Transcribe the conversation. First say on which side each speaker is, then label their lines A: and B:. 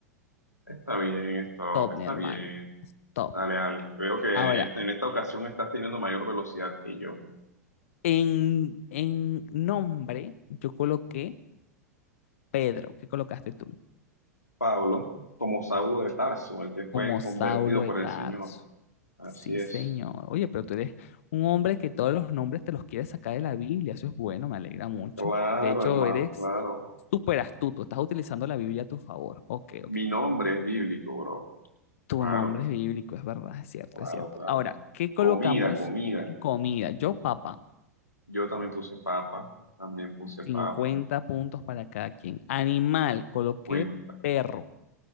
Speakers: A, on the left (about 80°); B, on the left (about 55°).
A: Está bien, stop,
B: stop,
A: está
B: mi hermano.
A: bien.
B: Stop.
A: Dale, dale. Veo que
B: Ahora,
A: este- en esta ocasión estás teniendo mayor velocidad que yo.
B: en, en nombre, yo coloqué Pedro. ¿Qué colocaste tú?
A: Pablo, como Saulo de Tarso, el que
B: Como
A: fue
B: Saulo
A: convertido
B: de
A: por
B: Tarso.
A: el Señor. Así
B: Sí,
A: es.
B: señor. Oye, pero tú eres un hombre que todos los nombres te los quieres sacar de la Biblia. Eso es bueno, me alegra mucho.
A: Claro,
B: De hecho,
A: hermano,
B: eres
A: claro.
B: súper astuto. Estás utilizando la Biblia a tu favor. Ok, ok.
A: Mi nombre es bíblico, bro.
B: Tu
A: Claro,
B: nombre es bíblico, es verdad, es cierto,
A: claro,
B: es cierto.
A: claro.
B: Ahora, ¿qué colocamos
A: Comida, comida.
B: en comida? Yo, papa,
A: Yo también puse papa, también puse papa.
B: Cincuenta puntos para cada quien. Animal, coloqué
A: Cuenta.
B: perro.